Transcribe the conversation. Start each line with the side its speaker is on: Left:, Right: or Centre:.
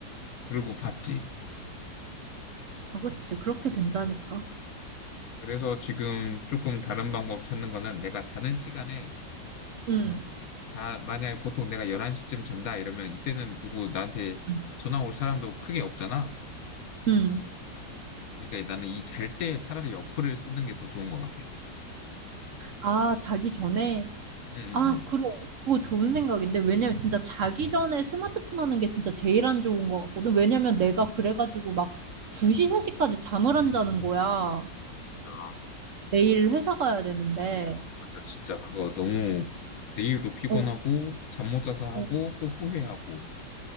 Left: 그리고 봤지.
Right: 어, 그치. 그렇게 된다니까.
Left: 그래서 지금 조금 다른 방법 찾는 거는 내가 자는 시간에
Right: 응,
Left: 자, 만약에 보통 내가 11시쯤 잔다 이러면 이때는 누구 나한테
Right: 응,
Left: 전화 올 사람도 크게 없잖아.
Right: 응.
Left: 그러니까 나는 이 잘 때 차라리 어플을 쓰는 게 더 좋은 것 같아.
Right: 아, 자기 전에?
Left: 응, 응,
Right: 아,
Left: 응.
Right: 그래. 그거 좋은 생각인데. 왜냐면 진짜 자기 전에 스마트폰 하는 게 진짜 제일 안 좋은 것 같거든. 왜냐면 내가 그래가지고 막 2시, 3시까지 잠을 안 자는 거야.
Left: 야,
Right: 내일 회사 가야 되는데.
Left: 맞아. 진짜 그거 너무 내일도 피곤하고
Right: 어,
Left: 잠 못 자서 하고
Right: 어.
Left: 또 후회하고